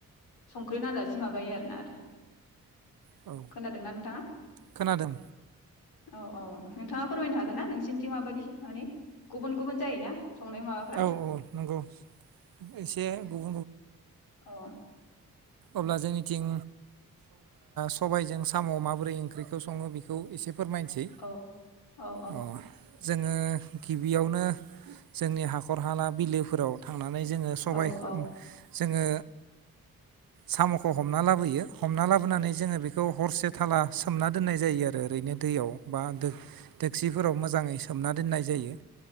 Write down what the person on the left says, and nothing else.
संख्रि नांजासे माबायो आरोना आरो।
खोनादोंना नोंथाङा
औ औ नोंथाङा फोरमायनो हागोन ना नोंसिोरनिथिं माबायदि माने गुबुन गुबुन जायोना संनाय माबाफ्रा
अ
औ औ
औ औ